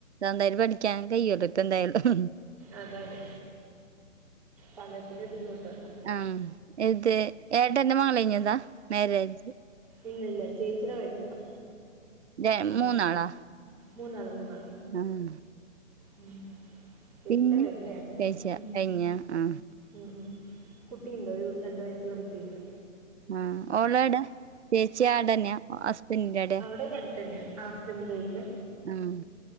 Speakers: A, on the right (about 60°); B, in the centre.
A: എന്തായാലും പഠിക്കാൻ കയ്യോല്ലോ ഇപ്പ എന്തായാലും
B: അതെ അതെ സമയത്തിന്റെ ബുദ്ധിമുട്ടോണ്ട
A: ആ ഇത് ഏട്ടന്റെ മംഗലം കഴിഞ്ഞതാ മാരേജ്
B: ഇല്ല ഇല്ല ചേച്ചിടെ കഴിഞ്ഞതാ
A: ര
B: ഉം
A: മൂന്നാളാ
B: മൂന്നാള് മൂന്നാള്
A: ആഹ്
B: ഉം ചേച്ചിടെ
A: പിന്നെ
B: കഴിഞ്ഞു ഏട്ടൻ
A: കഴിച്ച
B: ഉം
A: കഴിഞ്ഞ ആഹ്
B: ഉം ഉം കുട്ടി ഉണ്ട് ഒരു രണ്ട് വയസ്സുള്ള കുട്ടി ഇണ്ട്
A: ആഹ് ഓളെട ചേച്ചി ആടെന്നെയ ഹസ്പന്റെന്റെ ആടെ
B: ഇവിടടുത്തന്നെയാ ആഹ് ഹസ്ബന്റിന്റെ വീട്ടില്
A: ആഹ്